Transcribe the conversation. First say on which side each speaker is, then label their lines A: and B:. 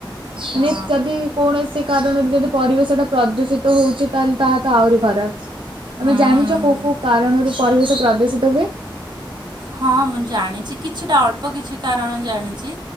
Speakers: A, on the right; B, on the right.
A: ମାନେ
B: ହଁ
A: ଯଦି କୌଣସି କାରଣରୁ ଯଦି ପରିବେଶ ଟା ପ୍ରଦୂଷିତ ଷିତ ହଉଛି ତାହେଲେ ତାହା ତ ଆହୁରି ଖରାପ ତମେ
B: ହୁଁ।
A: ଜାଣିଛ କୋଉ କୋଉ କାରଣରୁ ପାରିବେ ଶ ପ୍ରଦୂଷିତ ହୁଏ।
B: ହଁ ମୁଁ ଜାଣିଛି କିଛିଟା ଅଳ୍ପ କିଛି କାରଣ ଜାଣିଛି।